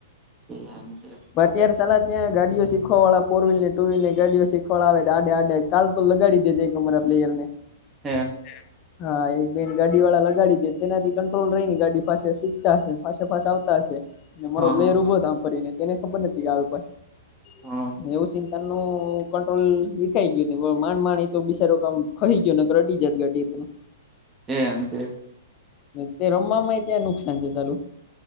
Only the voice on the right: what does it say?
એમ છે.
હે
હા
હા
હા
એમ છે.